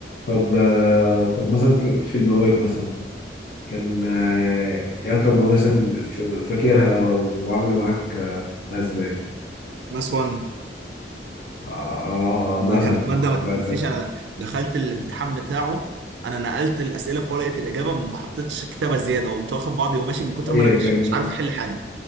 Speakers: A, on the left; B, on the right.
A: طب آه طب مثلا ك- في المواد مثلا كان آه ايه اكتر مواد مثلا ف- فاكرها وعامله معاك آه ازمه يعني
B: ماس 1
A: آه, آه, آه
B: ده
A: مثلا
B: كانت مادة
A: آه
B: ما تتنسيش
A: ده ده
B: انا دخلت الامتحان بتاعه انا نقلت الأسئلة في ورقة الإجابة ما حطيتش كتابة زيادة وقمت واخد بعضي وماشي من كتر ما
A: هي
B: انا مش
A: كان
B: مش عارف احل حاجة